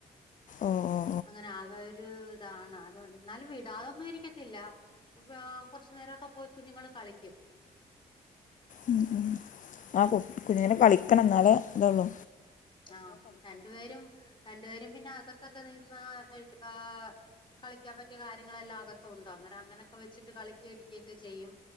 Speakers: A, on the left; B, on the left.
A: ഓഹ് ഓഹ്
B: അങ്ങനെ ആകെ ഒരു ഇതാണ് അതോണ്ട് ന്നാലും വിടാതൊന്നും ഇരിക്കത്തില്ല ഓക്ക് ആഹ് കൊർച്ച് നേരംഒക്കെ പോയി കുഞ്ഞ്ങ്ങള് കളിക്ക്യും
A: ഉം ഉം ആഹ് കു കുഞ്ഞങ്ങള് കളിക്കണം എന്നാലേ ഇതെള്ളൂ
B: ആഹ് രണ്ട്പേരും രണ്ടുപേരും പിന്നെ അകത്തൊക്കെ നിന്ന് <unintelligible> കളിക്ക്യും ആഹ് കളിക്കാൻ പറ്റിയ കാര്യങ്ങളെല്ലാം അകത്തുണ്ട് അന്നേരം അങ്ങനെക്കെ വെച്ചിട്ട് കളിക്ക്യെ ഇരിക്ക്യെ ഒക്കെ ചെയ്യും